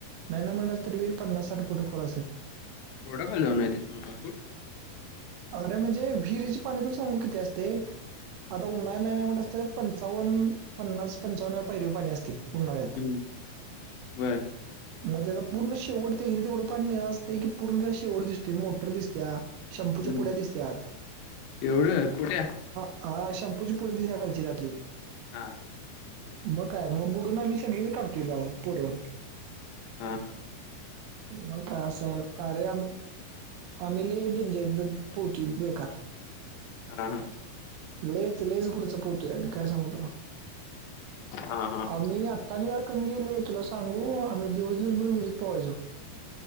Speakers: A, on the right; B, on the left.
A: नाही नाही म्हटलास तरी पन्नास साठ फुट खोल असेलं.
B: एवढ्या खाली जाऊन यांचीस पन्नास फूट.
A: अरे म्हणजे, विहिरीचे पाणी तुला सांगू किती असतंय. आता उन्हाळ्यात नाय नाय म्हनलास तर पंचावन्न्स पंचावन्नव पायरी पाणी असते. उन्हाळ्यात.
B: हम्म, बर
A: मग त्याचा पूर्ण शेवट त्यारी तेवढं पाणी असतं की पूर्ण त्या शेवट दिसते मोटर दिसत्या. शम्पूच्या
B: हम्म.
A: पुढ्या दिसत आत.
B: एवढं कुठे
A: हा शॅम्पूची पुढी दिसात्या खालची त्यातली.
B: हा
A: मग काय मग बुडून आम्ही सगळीच काढतो बा पुरं
B: हा हा
A: मग काय असं हाय अरे आम्ही लय डेंजर - पोती बेकार <unintelligible>
B: हा हा
A: लेच लेच पुढच पवतोय आम्ही काय सांगू तुला
B: हा हा
A: आम्ही आम्ही - आणि जरा कमी केलं तुला सांगू आम्ही दिवस दिवसभर विहिरीत पाहायचो.